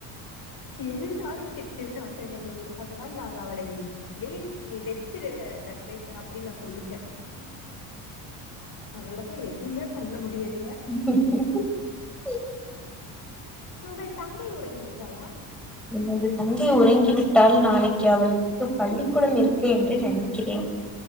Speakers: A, on the left; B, in the centre.
A: எல்லாரும் <unintelligible> அவளை வெயில் நீ வச்சிரு லைக் அப்படின்னு நான் சொல்லிட்டேன் அவளதான் எதுவுமே பண்ண முடியாது
B: <unintelligible>
A: ஏன் உங்கள் தங்கை உறங்கி விட்டாளா
B: எனது தங்கை உறங்கிவிட்டால் நாளைக்கு அவளுக்கு பள்ளிக்கூடம் இருக்கு என்று நினைக்கிறேன்.